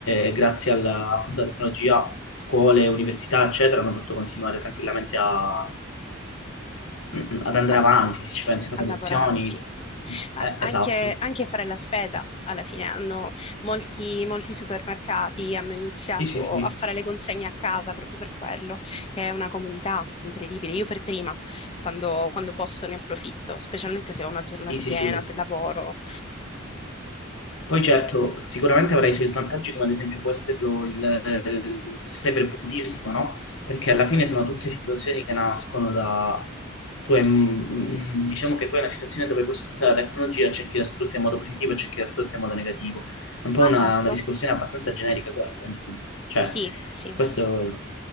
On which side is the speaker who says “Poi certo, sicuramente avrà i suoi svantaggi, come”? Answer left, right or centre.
Left